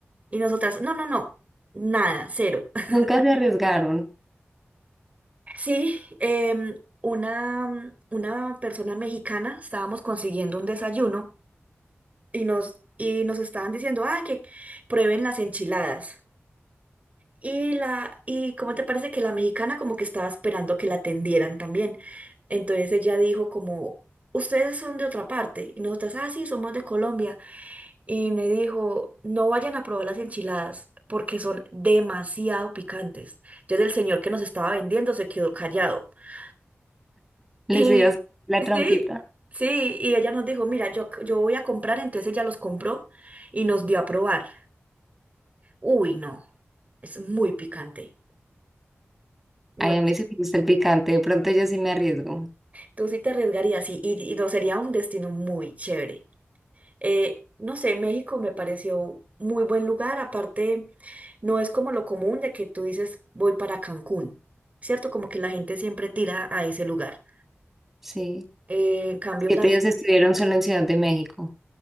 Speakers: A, on the right; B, in the centre.
A: Y nosotras, no, no, no, nada, cero. <laughs>
B: Nunca se arriesgaron.
A: Sí, em, una, una persona mexicana, estábamos consiguiendo un desayuno y nos, y nos estaban diciendo, ah, que prueben las enchiladas. Y la, y cómo te parece que la mexicana como que estaba esperando que la atendieran también. Entonces ella dijo como, ustedes son de otra parte. Y nosotras, ah, sí, somos de Colombia. Y me dijo, no vayan a probar las enchiladas porque son demasiado picantes. Entonces el señor que nos estaba vendiendo se quedó callado. <laughs> Y
B: Les iba a hacer la
A: sí,
B: trampita.
A: sí, y ella nos dijo, mira, yo, yo voy a comprar. Entonces ella los compró y nos dio a probar. Uy, no, es muy picante. No.
B: Ay, a mí sí me gusta el picante. De pronto yo sí me arriesgo.
A: Tú sí te arriesgarías y, y, y no sería un destino muy chévere. Eh, no sé, México me pareció muy buen lugar. Aparte, no es como lo común de que tú dices voy para Cancún, ¿cierto? Como que la gente siempre tira a ese lugar.
B: Sí.
A: Eh, en cambio,
B: Los siete
A: las...
B: días estuvieron solo en Ciudad de México.